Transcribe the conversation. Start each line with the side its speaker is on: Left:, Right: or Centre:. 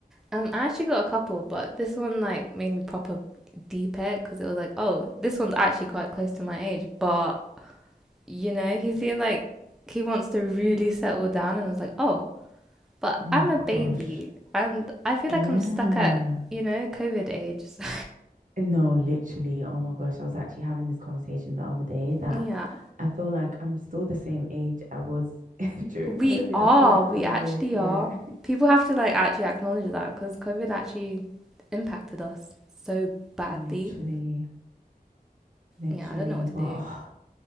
Centre: Um, I actually got a couple, but this one like made me proper deep it because it was like, oh, this one's actually quite close to my age, but you know, he seemed like he wants to really settle down, and I was like, oh, but
Right: Oh
Centre: I'm a
Right: gosh.
Centre: baby, and I feel
Right: Yeah.
Centre: like I'm stuck at you know COVID age. So,
Right: No, literally. Oh my gosh. I was actually having this conversation the other day that
Centre: <laughs> yeah,
Right: I feel like I'm still the same age I was <laughs> during
Centre: we
Right: COVID.
Centre: are,
Right: I feel like
Centre: we
Right: COVID,
Centre: actually
Right: yeah.
Centre: are. People have to like actually acknowledge that because COVID actually impacted us so badly.
Right: Literally, literally.
Centre: Yeah, I don't know what
Right: But
Centre: to do.
Right: oh,